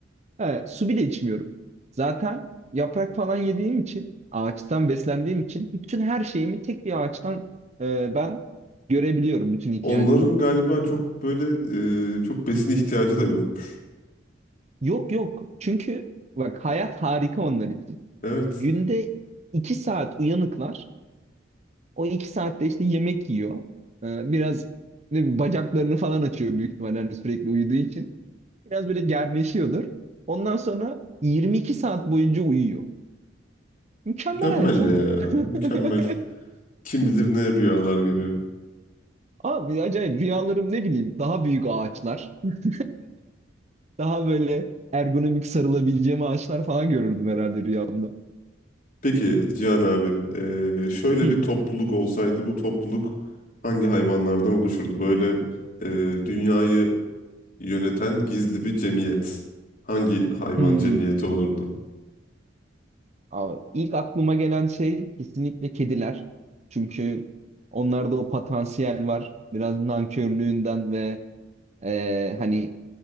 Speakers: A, on the right (about 40°); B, on the left (about 50°).
A: Ha, su bile içmiyorum. Zaten yaprak falan yediğim için, ağaçtan beslendiğim için bütün her şeyimi tek bir ağaçtan e, ben görebiliyorum bütün ihtiyacımı.
B: Onların galiba çok böyle e, çok besin ihtiyacı da yokmuş.
A: Yok yok. Çünkü bak hayat harika onlar için.
B: Evet.
A: Günde iki saat uyanıklar. O iki saatte işte yemek yiyor. E, biraz ne bileyim, bacaklarını falan açıyor büyük ihtimalle hani sürekli uyuduğu için. Biraz böyle gerleşiyordur. Ondan sonra 22 saat boyunca uyuyor. Mükemmel
B: Mükemmel
A: hayat oğlum.
B: ya.
A: <laughs>
B: Mükemmel. Kim bilir ne rüyalar görüyor.
A: Abi acayip rüyalarım ne bileyim daha büyük ağaçlar. <laughs> Daha böyle ergonomik sarılabileceğim ağaçlar falan görürdüm herhalde rüyamda.
B: Peki Cihan abi e, şöyle
A: Hı.
B: bir topluluk olsaydı bu topluluk hangi hayvanlardan oluşurdu? Böyle e, dünyayı yöneten gizli bir cemiyet. Hangi hayvan
A: Hmm.
B: cemiyeti olurdu?
A: Abi, ilk aklıma gelen şey kesinlikle kediler. Çünkü onlarda o potansiyel var. Biraz nankörlüğünden ve e, hani